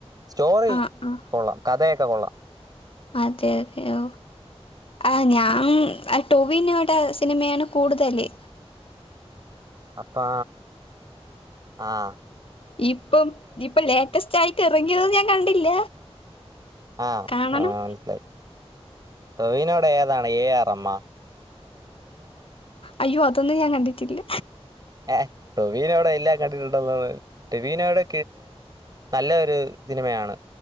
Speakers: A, on the right; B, on the left.
A: സ്റ്റോറി
B: ആഹ് ആഹ്
A: കൊള്ളാം കഥയൊക്കെ കൊള്ളാം.
B: അതെ അതെയോ. ആ ഞാൻ ടൊവിനോടടെ സിനിമയാണ് കൂടുതൽല്.
A: അപ്പൊ ആഹ്
B: ഇപ്പം ഇപ്പൊ ലേറ്റസ്റ്റ് ആയിട്ട് ഇറങ്ങിയത് ഞാൻ കണ്ടില്ല.
A: ആഹ
B: കാണണം
A: ആ മനസ്സിലായി. ടോവിനോടെ ഏതാണ് എ ആർ എം മാ.
B: അയ്യോ അതൊന്നും ഞാൻ കണ്ടിട്ടില്ല.
A: ഏ ടൊവിനേടെ എല്ലാം കണ്ടിട്ടുണ്ടന്നാണ് ടോവിനോവിടെ നല്ല ഒരു സിനിമയാണ്